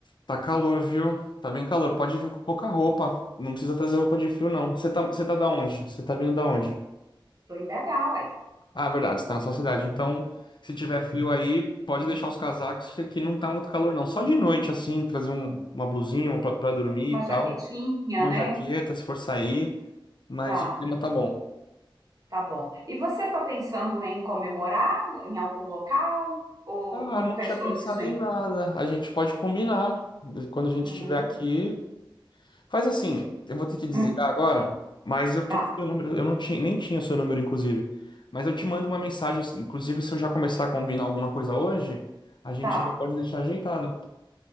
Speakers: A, on the left; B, on the right.
A: Tá calor, viu? Tá bem calor. Pode vir com pouca roupa. Não precisa trazer roupa de frio, não. Você tá, você tá da onde? Você tá vindo da onde?
B: Tô em BH, uai.
A: Ah, verdade, você tá na sua cidade. Então, se tiver frio aí, pode deixar os casacos, que aqui não tá muito calor, não. Só de noite, assim, trazer um- uma blusinha uma pra, pra dormir
B: Uma
A: e
B: jaquetinha,
A: tal. Uma
B: né?
A: jaqueta, se for sair. Mas
B: Tá,
A: o clima tá bom.
B: tá bom. E você tá pensando em comemorar em algum local ou
A: Ah,
B: não
A: não
B: pensou
A: tinha pensado
B: nisso ainda?
A: em nada. A gente pode combinar. Quando a gente
B: Uhum.
A: estiver aqui. Faz assim, eu vou ter que desligar
B: Hum,
A: agora, mas eu
B: tá,
A: tô com o seu número. Eu não tinha, nem tinha seu número, inclusive. Mas eu te mando uma mensagem. Inclusive, se eu já começar a combinar alguma coisa hoje, a gente
B: tá.
A: já pode deixar ajeitado.